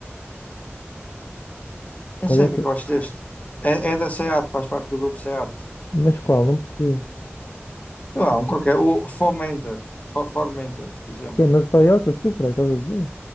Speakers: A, on the left; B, on the left.
A: Não
B: Toyota,
A: sei o que é que eu acho deste. É, é da SEAT, faz parte do grupo SEAT.
B: mas qual? Não percebi.
A: Sei lá, um qualquer. O Fomenter, Fo- Formenter, por exemplo.
B: Que é, mas Toyota Supra, estás a dizer?